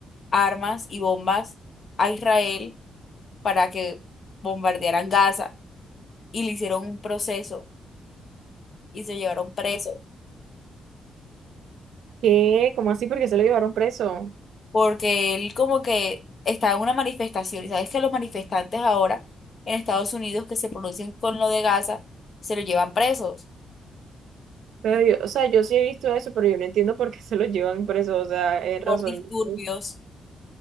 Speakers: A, on the left; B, on the right.
A: armas y bombas a Israel para que bombardearan Gaza y le hicieron un proceso y se llevaron preso
B: ¿Qué? ¿Cómo así? Porque se lo llevaron preso?
A: porque él como que estaba en una manifestación y sabes que los manifestantes ahora en Estados Unidos que se pronuncian con lo de Gaza se lo llevan presos
B: Pero yo, o sea, yo sí he visto eso, pero yo no entiendo por qué se lo llevan preso, o sea, es
A: por
B: razón.
A: disturbios,
B: de qué.